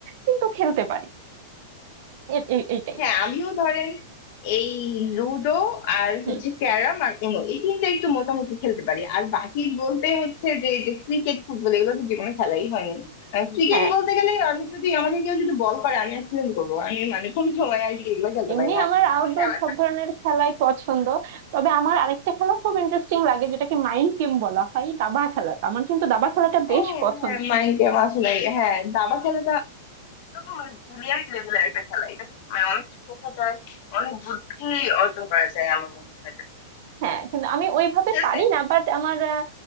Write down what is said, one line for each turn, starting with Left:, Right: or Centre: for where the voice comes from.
Right: কিন্তু খেলতে পারি এ- এ- এইটাই
Left: হ্যাঁ আমিও ধরেন এই লুডো আর
Right: হুম
Left: হচ্ছে ক্যারাম আর উনো এই তিনটা একটু মোটামুটি খেলতে পারি আর বাকি বলতে হচ্ছে যে যে ক্রিকেট ফুটবল এগুলো তো জীবনে খেলাই হয়নি ক্রিকেট
Right: হ্যাঁ
Left: বলতে গেলে আমি যদি আমাকে কেউ যদি বল করে আমি অ্যাক্সিডেন্ট করবো আমি মানে কোনো সময় আর কি এগুলো খেলতে
Right: এমনি
Left: পারি না
Right: আমার আউটডোর
Left: আমি আবার
Right: সব ধরনের খেলাই পছন্দ তবে আমার আরেকটা খেলা খুব ইন্টারেস্টিং লাগে যেটাকে মাইন্ড গেম বলা হয় দাবা খেলাটা আমার কিন্তু দাবা খেলাটা বেশ
Left: ও
Right: পছন্দ
Left: হ্যাঁ মাইন্ড গেম আসলে হ্যাঁ দাবা খেলাটা একদম মানে ব্রিলিয়ান্ট লেভেলের একটা খেলা এটা মানে অনেক শেখা যায় অনেক বুদ্ধি অর্জন করা যায় আমার মনে হয়
Right: হ্যাঁ কিন্তু আমি ওইভাবে
Left: খেলছে
Right: পারি না বাট আমার আহ,